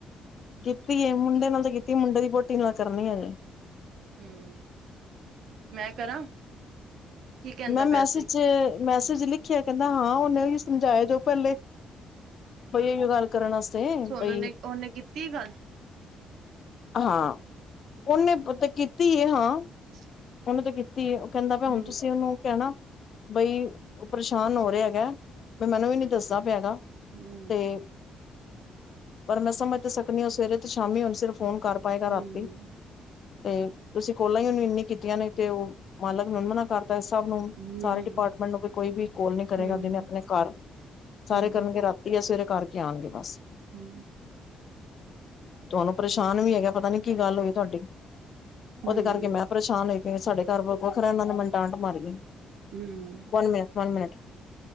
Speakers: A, on the left; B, on the right.
A: ਕੀਤੀ ਏ, ਮੁੰਡੇ ਨਾਲ ਤੇ ਕੀਤੀ ਮੁੰਡੇ ਦੀ ਵੋਟੀ ਨਾਲ ਕਰਨੀ ਹੈ ਜੇ
B: ਹੂੰ, ਮੈਂ ਕਰਾਂ। ਕੀ ਕਹਿੰਦਾ
A: ਮੈਂ ਮੈਸੇਜ-ਮੈਸੇਜ
B: ਪਿਆ ਸੀ
A: ਲਿਖਿਆ ਕਹਿੰਦਾ ਹਾਂ, ਉਹਨੇ ਉਹੀ ਸਮਝਾਏ ਜੋ ਪੱਲੇ ਬਈ ਏ ਗੱਲ ਕਰਨ ਵਾਸਤੇ
B: ਸੋਨੂੰ
A: ਬਈ,
B: ਨੇ ਉਹਨੇ ਕੀਤੀ ਗੱਲ,
A: ਹਾਂ ਉਹਨੇ ਤੇ ਕੀਤੀ ਹੈ ਹਾਂ।
B: <inaudible>
A: ਉਹਨੂੰ ਤਾਂ ਕੀਤੀ ਐ, ਉਹ ਕਹਿੰਦਾ ਹੁਣ
B: ਹਮ
A: ਤੁਸੀਂ ਉਹਨੂੰ ਕਹਿਣਾ ਬਈ ਉਹ ਪਰੇਸ਼ਾਨ ਹੋ ਰਿਹਾ, ਹੈਗਾ ਬਈ ਮੈਨੂੰ ਵੀ ਨੀ ਦੱਸਦਾ, ਪਿਆ ਹੈਗਾ।
B: ਹਮ
A: ਤੇ ਪਰ ਮੈਂ ਸਮਝ ਤਾਂ ਸਕਦੀ ਆ, ਸਵੇਰੇ ਤੋਂ ਸ਼ਾਮੀ ਹੁਣ ਸਿਰ ਫੋਨ ਕਰ। ਪਾਏਗਾ,
B: ਹਮ
A: ਰਾਤੀ ਤੇ ਤੁਸੀਂ ਕੋਲਾ ਉਹਨੂੰ ਇੰਨੀ ਕੀਤੀ। ਆਂ ਨੇ ਤੇ ਉਹ ਮਾਲਕ ਨੰਦਣਾ ਕਰਕੇ, ਸਭ ਨੂੰ
B: ਹਮ
A: ਸਾਰੇ ਡਿਪਾਰਟਮੈਂਟ ਨੂੰ ਵੀ ਕੋਈ ਵੀ ਕੋਲ ਨੀ ਕਰੇਗਾ,
B: ਹਮ ਹਮ
A: ਜਨੇ ਆਪਣੇ ਘਰ ਸਾਰੇ
B: ਹਮ
A: ਕਰਨਗੇ, ਰਾਤੀ ਆ ਸਵੇਰੇ ਕਰਕੇ ਆਉਣਗੇ ਬਸ-
B: ਹੂੰ,
A: ਤੁਹਾਨੂੰ ਪਰੇਸ਼ਾਨ ਵੀ ਹੈਗਾ, ਪਤਾ ਨੀ ਕੀ ਗੱਲ ਹੋਈ ਤੁਹਾਡੀ
B: ਹਮ
A: ਉਹਦੇ ਕਰਕੇ ਮੈਂ ਪਰੇਸ਼ਾਨ ਹੋਈ ਪਈ ਆ, ਸਾਡੇ ਘਰ ਵ ਵੱਖਰਾ ਇਹਨਾਂ ਨੇ ਮੈਂ ਡਾਂਟ ਮਾਰੀ
B: ਹਮ
A: one minute one minute